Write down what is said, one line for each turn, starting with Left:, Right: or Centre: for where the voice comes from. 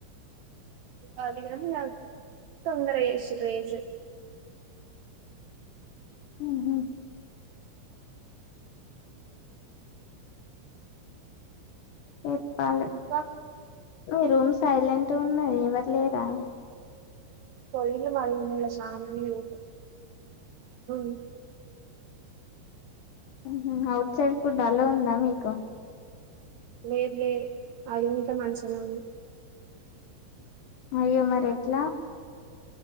Right: ఆ దిగరం యాద్ తొందర చేసిండ్రు రేజ్
Left: హ్మ్మ్ చెప్పాలి
Right: ఇంకా
Left: మీ రూమ్ సైలెంట్ ఉన్నది ఎవరు లేరా?
Right: పోయిల మరిన్నల సామ బియ్యము <inaudible>
Left: హ్మ్మ్ అఔట్ సైడ్ ఫుడ్ అలవ్ ఉందా మీకు
Right: వేర్లే అదిగునక మంచిగనే ఉంది.
Left: అయ్యో మరి ఎట్లా?